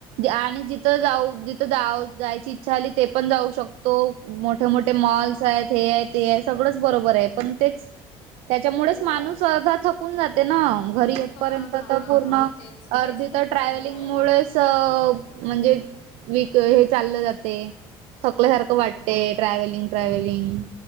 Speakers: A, on the right (about 80°); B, on the left (about 75°).
A: आणि जिथं जाऊ जिथ जा जायची इच्छा झाली ते पण जाऊ शकतो. तो. मोठे मोठे मॉल्स
B: हा
A: आहेत हे आहे ते आहे. सगळंच बरोबर आहे पण तेच- त्याच्यामुळेच
B: हो
A: माणूस अर्धा थकून जातो. हां. घरी येतपर्यंत
B: हा हा
A: तर पूर्ण.
B: हा तेच
A: अर्धी
B: तेच खूप
A: तर
B: प्रॉब्लेम
A: ट्रॅवलिंगमुळे-
B: आहे.
A: च म्हणजे विक हे चाललं जाते. थकल्या सारखं
B: हां.
A: वाटते ट्रॅव्हलिंग ट्रॅव्हलिंग.